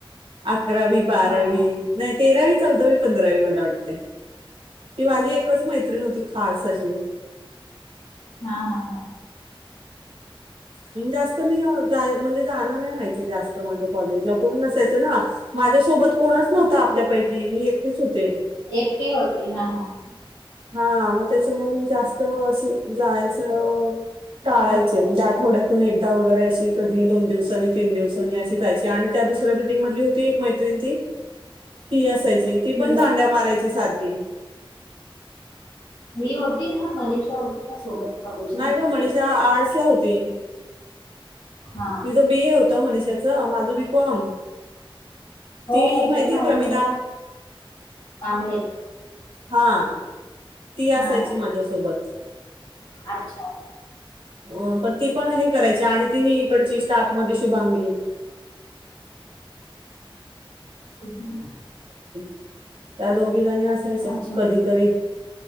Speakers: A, on the right; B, on the left.
A: अकरावी बारावी
B: हा हा
A: नाही तेरावी चौदावी पंधरावी मला वाटतंय ती माझी एकच मैत्रीण होती खास अशी.
B: हां हां.
A: अम्म जास्त मी अ जाय म्हणजे जाणं नाही व्हायचं जास्त माझं कॉलेजला कोण नसाय च ना माझ्यासोबत कोणंच नव्हतं आपल्यापैकी मी एकटीच होते.
B: एकटी होती? हां हां.
A: हा मग त्याच्यामुळं जास त अ अशी जाय <unintelligible> टाळायचे
B: बरोबर
A: म्हणजे
B: हा
A: आठवड्यातून एकदा वगैरे अशी कधी दोन दिवसांनी तीन दिवसांनी अशी जायची आणि त्या दुस ऱ्या बिल्डिंगमधली होती एक मैत्रीण ती ती असायची
B: हम्म
A: ती पण दांड्या मारायची सारखी.
B: मी होती ना मनीषा होती ना सोबत? कॉलेजला
A: नाही गं मनीषा आर्ट्सला हो ती.
B: हा
A: तिझं बी ए होतं मनीषाचं, माझं बी कॉम
B: हो
A: ती
B: हो
A: ही माहितीये
B: ते माहित
A: प्रमिला?
B: आहे कांबळे
A: हां. ती असायची
B: हा हा
A: माझ्यासोबत.
B: अच्छा
A: अ पण ती पण हे कराय च्या आणि ती ही इकडची स्टाफ. म ती शुभांगी.
B: अच्छा
A: या दो घीजणी असायच्या
B: अच्छा
A: कधीतरी.